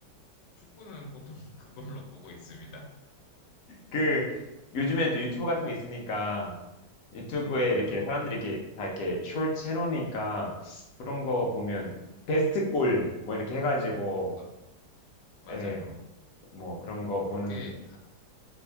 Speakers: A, on the left; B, on the left.
A: 축구는 보통 <laughs> 그걸로 보고 있습니다.
B: 그, 요즘엔 또 유튜브 같은 거 있으니까, 유튜브에
A: 맞아요.
B: 이렇게 사람들이 이렇게 다 이렇게 숄츠 해놓으니까, 그런 거 보면,
A: 네.
B: 베스트 골, 뭐 이렇게 해가지고,
A: 아, 맞아요.
B: 예, 뭐 그런 거
A: 그렇게,
B: 보는
A: 하-